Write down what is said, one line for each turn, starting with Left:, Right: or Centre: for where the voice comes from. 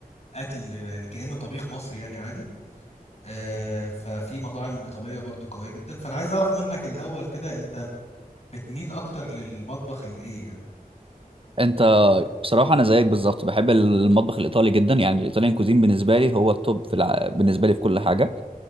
Left: اكل يعني كأنه طبيخ مصري يعني عادي آه، ففي مطاعم ايطالية برضو قوية جدا فانا عايز اعرف منك الاول كده انت بتميل اكتر للمطبخ الايه يعني
Right: انت بصراحه انا زيك بالظبط بحب المطبخ الايطالي جدا يعني الايطاليان كوزين بالنسبه لي هو التوب في الع... بالنسبه لي في كل حاجه